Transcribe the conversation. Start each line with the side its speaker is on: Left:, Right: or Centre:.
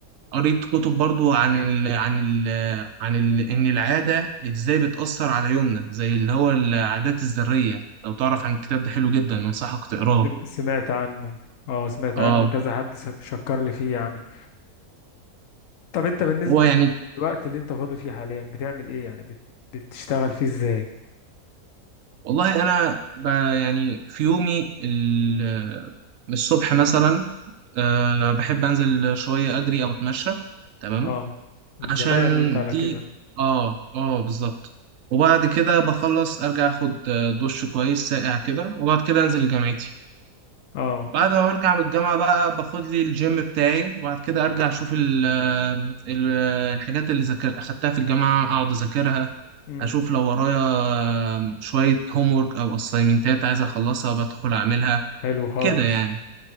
Right: قريت كتب برضو عن ال عن ال عن ال إن العادة إزاي بتأثر على يومنا زي اللي هو العادات الذرية لو تعرف عن الكتاب ده حلو جدا أنصحك تقراه
Left: سم- سمعت عنه اه سمعت
Right: اه
Left: عنه كذا حد س- شكر لي فيه يعني طب انت بالنسبة
Right: هو يعني
Left: للوقت اللي انت فاضي فيه حاليا بتعمل ايه يعني بت... بتشتغل فيه ازاي
Right: والله أنا ب يعني في يومي ال- الصبح مثلا أه بحب أنزل شوية أجري أو أتمشى تمام
Left: اه من
Right: عشان
Left: زمان وانت على
Right: دي
Left: كده
Right: اه اه بالظبط وبعد كده بخلص أرجع أخد آه، دش كويس ساقع كده وبعد كده أنزل جامعتي
Left: اه
Right: بعد ما برجع من الجامعة بقى باخد لي الجيم بتاعي وبعد كده أرجع أشوف ال آه، ال آه، الحاجات اللي ذاكر أخدتها في الجامعة أقعد أذاكرها
Left: امم
Right: أشوف
Left: إمم.
Right: لو ورايا شوية هومورك أو أسايمنتات عايز أخلصها بدخل أعملها
Left: حلو خالص
Right: كده يعني